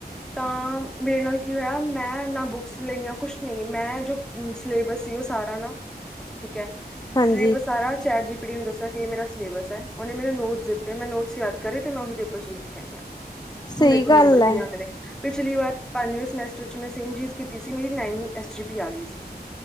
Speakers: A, in the centre; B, on the left (about 25°).
A: ਤਾਂ ਮੇਰੇ ਨਾਲ ਕੀ ਹੋਇਆ, ਮੈਂ ਨਾ ਬੁੱਕਸ ਲਈਆ। ਕੁਛ ਨਹੀਂ, ਮੈਂ ਜੋ ਸਿਲੇਬਸ ਸੀ, ਉਹ ਸਾਰਾ ਨਾ। ਠੀਕ ਹੈ।
B: ਹਾਂਜੀ
A: ਸਿਲੇਬਸ ਸਾਰਾ ਚੈਟ ਜੀ ਪੜੀ ਨੂੰ ਦੱਸਿਆ ਕਿ ਇਹ ਮੇਰਾ ਸਿਲੇਬਸ ਹੈ। ਉਹਨੇ ਮੈਂਨੂੰ ਨੋਟਸ ਦਿੱਤੇ। ਮੈਂ ਨੋਟਸ ਯਾਦ ਕਰੇ ਤੇ ਮੈਂ ਉਹੀ ਪੇਪਰ ਚ ਲਿਖ ਕੇ ਆਈ ਆ।
B: ਸਹੀ
A: ਹੁਣ ਦੇਖੋ,
B: ਗੱਲ
A: ਨੰਬਰ ਕਿੰਨੇ
B: ਹੈ
A: ਆਉਂਦੇ ਨੇ। ਪਿਛਲੀ ਵਾਰ, ਪੰਜਵੇਂ ਸਮੈਸਟਰ 'ਚ ਮੈਂ ਸੇਮ ਚੀਜ਼ ਕੀਤੀ ਸੀ। ਮੇਰੀ ਨਾਈਨ ਐੱਸ ਜੀ ਪੀ ਆ ਗਈ ਸੀ।